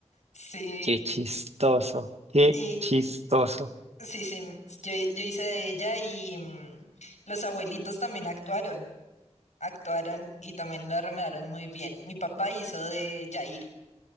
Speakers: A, on the left; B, on the right.
A: sí.
B: Qué chistoso, qué
A: Y
B: chistoso.
A: sí, sí, yo, yo hice de ella y mm, los abuelitos también actuaron. actuaron y también lo armaron muy bien. Mi papá hizo de Jair.